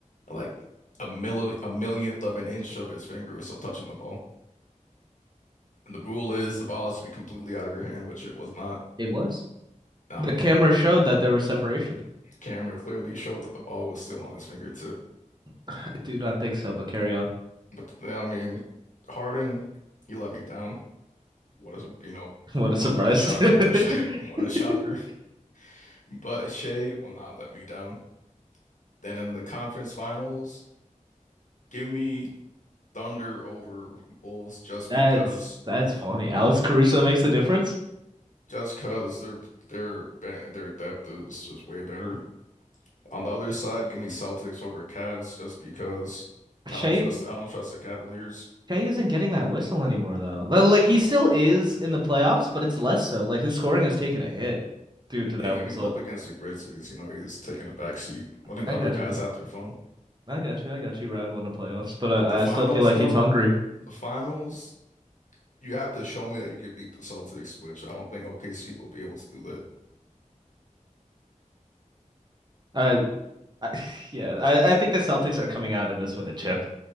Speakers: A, on the left; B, on the right.
A: Like a milli a millionth of an inch of his finger was still touching the ball. And the rule is the ball has to be completely out of your hand, which it was not.
B: It was.
A: I
B: The
A: mean,
B: camera
A: the
B: showed that there was separation.
A: camera clearly showed that the ball was still on his fingertip.
B: <laughs> I do not think so, but carry on.
A: But the I mean, Harden, he let me down. What a you know,
B: <laughs> What a surprise.
A: what what a shock, what a shock, <laughs> what
B: <laughs>
A: a shocker. But Shea will not let me down. Then in the conference finals, give me Thunder over Wolves just
B: That's
A: because,
B: that's funny. Alex Caruso makes the difference.
A: just because their their be- their depth is just way better. On the other side, give me Celtics over Cavs just because
B: <laughs>
A: I
B: Shai
A: don't trust I don't trust the Cavaliers.
B: Shea isn't getting that whistle anymore though. Like he still is in the playoffs, but it's less so. Like his scoring has taken a hit due to that
A: And, I
B: whistle.
A: mean, he's up against the Grizzlies. You know, he's taking a back seat, letting
B: I
A: the
B: got
A: other guys
B: you.
A: have their fun.
B: I got you. I got you. Round one of playoffs, but I,
A: But the finals,
B: I still feel like
A: though,
B: he's hungry.
A: the finals, you have to show me that you could beat the Celtics, which I don't think OKC will be able to do that.
B: I, I <laughs> yeah, I, I think the Celtics are coming out of this with a chip,